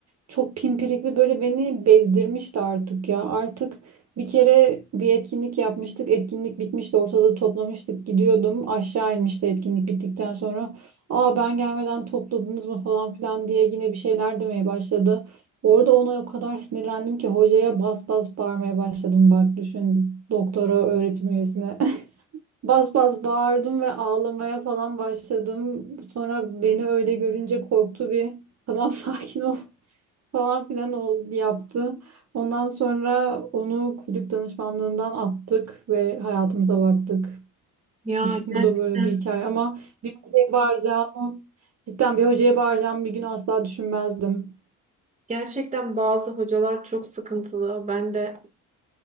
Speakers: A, on the right (about 45°); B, on the right (about 20°).
A: Çok pimpirikli böyle beni bezdirmişti artık ya. Artık bir kere bir etkinlik yapmıştık. Etkinlik bitmişti. Ortalığı toplamıştık. Gidiyordum. Aşağı inmişti etkinlik bittikten sonra. Aa ben gelmeden topladınız mı falan filan diye yine bir şeyler demeye başladı. Orada ona o kadar sinirlendim ki hocaya bas bas bağırmaya başladım. Bak düşün doktora öğretim üyesine. <laughs> Bas bas bağırdım ve ağlamaya falan başladım. Sonra beni öyle görünce korktu bir. Tamam <laughs> sakin ol falan filan oldu, yaptı. Ondan sonra onu kulüp danışmanlığından attık ve hayatımıza baktık.
B: Ya
A: <laughs> Bu
B: gerçekten
A: da böyle bir hikaye ama bir hocaya bağıracağımı, cidden bir hocaya bağıracağımı bir gün asla düşünmezdim.
B: Gerçekten bazı hocalar çok sıkıntılı. Ben de